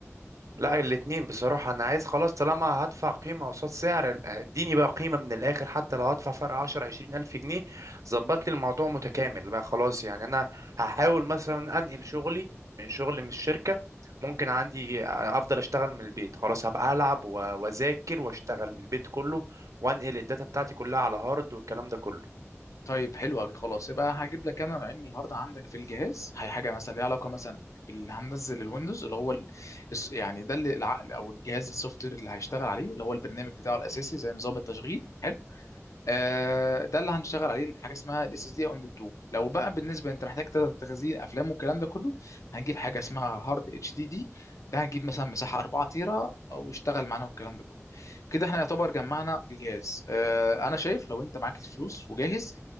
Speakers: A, on the right; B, on the left.
A: لا الاتنين بصراحة أنا عايز خلاص طالما هدفع قيمة قصاد سعر ال- اديني بقى قيمة من الآخر حتى لو هدفع فرق عشرة عشرين ألف جنيه ظبط لي الموضوع متكامل بقى خلاص يعني أنا هحاول مثلا أنقل شغلي من شغل من الشركة ممكن عندي أفضل أشتغل من البيت خلاص هبقى ألعب و- وأذاكر وأشتغل من البيت كله وأنقل الداتا بتاعتي كلها على هارد والكلام ده كله
B: طيب حلو قوي خلاص يبقى هجيب لك انا نوعين من الهارد عندك في الجهاز هي حاجه مثلا ليها علاقه مثلا باللي هننزل الويندوز اللي هو ال- الس- يعني ده اللي العقل او الجهاز السوفت وير اللي هيشتغل عليه اللي هو البرنامج بتاعه الاساسي زي نظام التشغيل حلو آه، ده اللي هنشتغل عليه حاجه اسمها الاس اس دي او ام 2 لو بقى بالنسبه انت محتاج تلات تخزين افلام والكلام ده كله هنجيب حاجه اسمها هارد اتش دي دي ده هنجيب مثلا مساحه 4 تيرا او يشتغل معانا والكلام ده كله كده احنا يعتبر جمعنا الجهاز آه، انا شايف لو انت معاك الفلوس وجاهز